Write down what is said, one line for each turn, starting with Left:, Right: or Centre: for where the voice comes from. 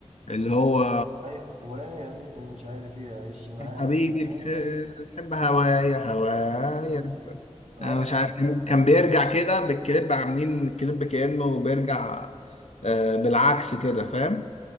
Left: اللي هو
Right: اي مراية آه، مش عارف ايه عيش معايا
Left: حبيبي تح- تحب هوايا هوايا
Right: معايا اه
Left: انا مش عارف كان كان بيرجع كده بالكليب عاملين الكليب كأنه بيرجع آه، بالعكس كده فاهم